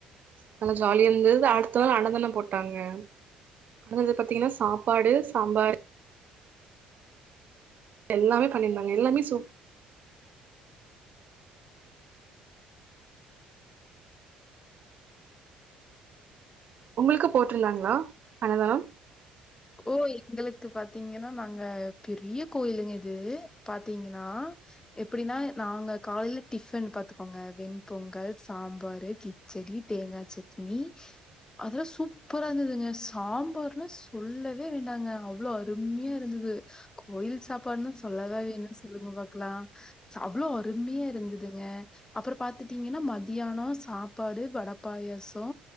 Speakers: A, on the right; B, on the left.
A: நல்லா ஜாலியா இருந்தது அடுத்த நாள் அன்னதாண்ணோ போட்டாங்க அடுத்தது பாத்தீங்கன்னா சாப்பாடு சாம்பார் எல்லாமே பண்ணியிருந்தாங்க எல்லாமே சூப் உங்களுக்கு போட்டுருந்தாங்ளா அன்னதானம்
B: ஓ எங்களுக்கு பாத்தீங்கன்னா நாங்க பெரிய கோயிலுங்க இது பாத்தீங்கன்னா எப்படின்னா நாங்க காலையில டிஃபன் பாத்துக்கோங்க வெண்பொங்கல் சாம்பரு கிச்சடி தேங்கா சட்டினி அதெல்லா சூப்பரா ருந்ததுங்க சாம்பார்ன்னா சொல்லவே வேண்டாங்க அவ்ளோ அருமையா இருந்தது கோயில் சாப்பாடுன்னு சொல்லவா வேணு சொல்லுங்க பாக்கலா அவ்ளோ அருமையா இருந்ததுங்க அப்புற பாத்துட்டீங்கன்னா மதியானொ சாப்பாடு வடப்பாயாசோ